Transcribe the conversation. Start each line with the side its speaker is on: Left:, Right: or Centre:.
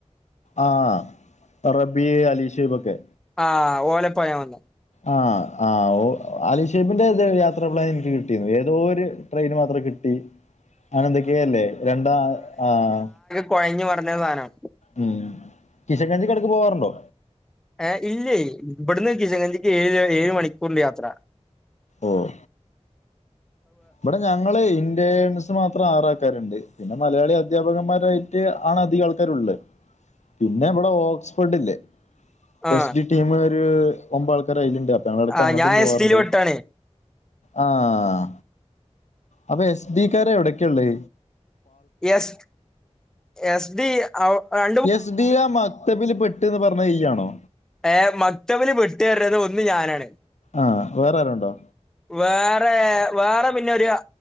Left: ആഹ് റബിഹ് അലിഷൈ ബൊക്കെ.
Centre: ആഹ് ഓലപ്പാഞാവന്ന്.
Left: ആഹ് ആഹ്ഒ അലിഷൈബിന്റെ യാത്ര പ്ലാൻ എനിക്ക് കിട്ടീന് ഏതോ ഒരു ട്രെയിന് മാത്രം കിട്ടി അങ്ങനെ ന്തൊക്കേയല്ലേ രണ്ടാ ആഹ്
Centre: കൊഴ്ഞ്ഞ് മറിഞ്ഞ്സാനം.
Left: ഉം കിഷൻഗഞ്ജിക്കെട്ക്ക് പോവാറുണ്ടോ?
Centre: ഏയ് ഇല്ലേയ് ഇവട്ന്ന് കിഷംഗഞ്ജി ക്ക് ഏഴ് ഏഴ് മണിക്കൂറ്ണ്ട് യാത്ര.
Left: ഓഹ് ഇപടെ ഞങ്ങളേം ൻസ് മാത്രം ആറ് ആൾക്കാര്ണ്ട്. പിന്നെ മലയാളി അധ്യാപകന്മാരായിട്ട് ആണ് അധികംആൾക്കാരുള്ള്. പിന്നെ ഇവടെ ഓക്സ്ഫോർഡില്ലേ
Centre: ആഹ്
Left: എസ് ഡി ടീമ് ഒരു ഒമ്പത് ആൾക്കാര്അയ്ല്ണ്ട്. ങ്ങളട്ക്ക്
Centre: ആഹ്
Left: അങ്ങട്ടും
Centre: ഞാൻ
Left: പോവാറുണ്ട്
Centre: എസ് ടിയിൽ പെട്ടാണ്
Left: ആഹ് അപ്പൊ എസ് ഡിക്കാര്എവിടൊക്കെള്ളേ?
Centre: എസ് എസ് ഡി അവ് അ
Left: എസ് ഡി ആ മക്തബിൽ പെട്ട്ന്ന് പറഞ്ഞ് ഇയ്യാണോ?
Centre: ഏഹ് മക്തബിൽ പെട്ട്അർഞ്ഞത്ഒന്ന് ഞാനാണ്.
Left: ആഹ് വേറെ ആരേംണ്ടോ?
Centre: വേറേ വേറെ പിന്നൊരു അ